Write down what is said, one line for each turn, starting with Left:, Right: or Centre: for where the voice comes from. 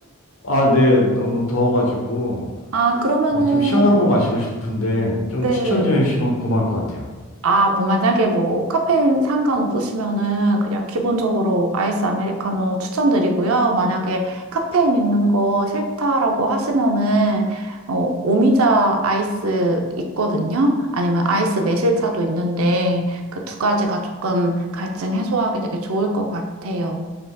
Left: 아, 네, 너무 더워가지고.
Right: 아, 그러면은,
Left: 어, 좀 시원한 거 마시고 싶은데 좀
Right: 네.
Left: 추천 좀 해주시면 고마울 것 같아요.
Right: 아, 뭐, 만약에 뭐, 카페인 상관없으시면은, 그냥 기본적으로 아이스 아메리카노 추천드리고요. 만약에 카페인 있는 거 싫다라고 하시면은, 어, 오미자 아이스 있거든요. 아니면 아이스 매실차도 있는데, 그 두 가지가 조금 갈증 해소하기 되게 좋을 것 같아요.